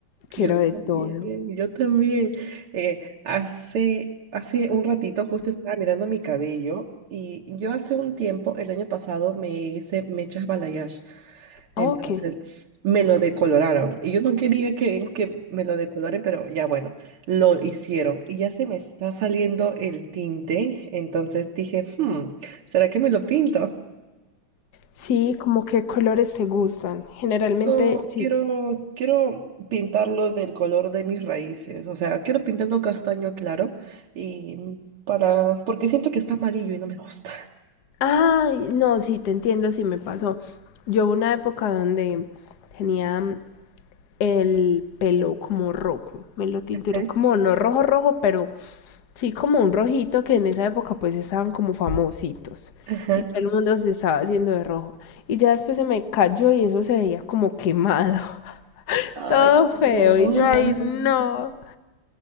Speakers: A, on the left (about 55°); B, on the right (about 75°).
A: quiero
B: Yo
A: de
B: también,
A: todo.
B: yo también. Eh, hace, hace un ratito justo estaba mirando mi cabello y yo hace un tiempo, el año pasado, me hice mechas balayage. Entonces
A: Ok.
B: me lo decoloraron y yo no quería que, que me lo decoloren, pero ya bueno, lo hicieron y ya se me está saliendo el tinte. Entonces dije, "Hmm, ¿será que me lo pinto?
A: Sí, como que colores te gustan. Generalmente,
B: No,
A: si
B: quiero, quiero pintarlo del color de mis raíces. O sea, quiero pintarlo castaño claro y para, porque siento que está amarillo y no me gusta.
A: Ay, no, sí, te entiendo, sí me pasó. Yo hubo una época donde tenía el pelo como rojo, me lo tinturé
B: Ajá.
A: como no rojo rojo, pero sí como un rojito que en esa época pues estaban como famositos
B: <laughs> Ajá.
A: y todo el mundo se estaba haciendo de rojo. Y ya después se me cayó y eso se veía como quemado, <laughs> todo
B: Ay,
A: feo
B: no.
A: y yo ay
B: ay.
A: no.